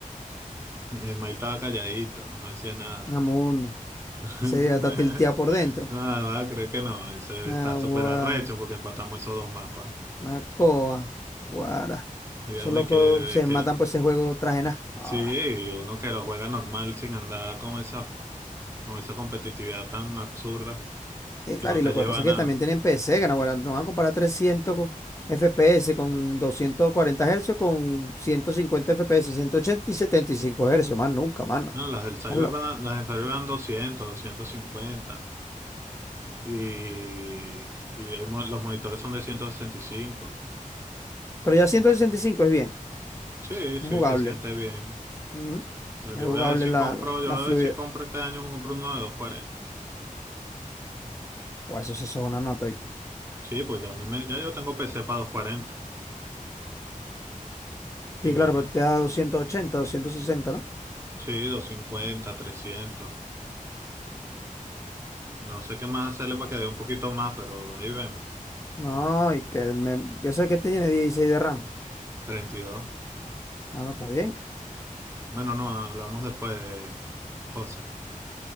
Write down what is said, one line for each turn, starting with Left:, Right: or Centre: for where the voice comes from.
Right: El Mike estaba calladito, no decía nada.
Left: Amundo.
Right: <laughs>
Left: Ese ya está tilteado por dentro.
Right: Nada, creo que no. Ese
Left: Agua,
Right: está súper arrecho porque empatamos esos dos mapas.
Left: Nacoa, Guara.
Right: Dígame
Left: Esos locos
Right: que, de
Left: se
Right: que
Left: matan
Right: el-
Left: por ese juego traje nada. Ah,
Right: sí, uno que lo juega normal sin andar con esa, con esa competitividad tan absurda
Left: sí, claro,
Right: que no
Left: y
Right: te
Left: lo
Right: lleva
Left: que pasa
Right: a
Left: es
Right: nada.
Left: que también tienen PC, gana, guara. No van a comparar 300 co- FPS con 240 Hz con 150 FPS, ochenta y 75 Hz, más nunca, mano.
Right: Bueno, las del Cyber
Left: Hazlo.
Right: van, las del Cyber van doscientos doscientos cincuenta Y, y hay mo- los monitores son de ciento sesenta y cinco
Left: Pero ya 165 es bien,
Right: Sí,
Left: es
Right: sí,
Left: jugable.
Right: se siente bien.
Left: Ujú.
Right: Pero
Left: Es
Right: Yo
Left: jugable
Right: voy a ver si
Left: la,
Right: compro,
Left: la,
Right: yo
Left: la
Right: voy
Left: fluidez.
Right: a ver si compro este año, compro uno de doscientos cuarenta
Left: Pues eso sí eso es una nota, ¿viste?
Right: Sí, pues ya, a mí me, ya yo tengo PC para doscientos cuarenta Y
Left: Sí,
Right: bueno,
Left: claro, pero te da doscientos ochenta doscientos sesenta ¿no?
Right: sí, 250 trescientos No sé qué más hacerle para que dé un poquito más, pero ahí vemos.
Left: No, y que el me... Yo sé que tiene 16 de RAM.
Right: treinta y dos
Left: Ah, no, está bien.
Right: Bueno, no, hablamos después, José.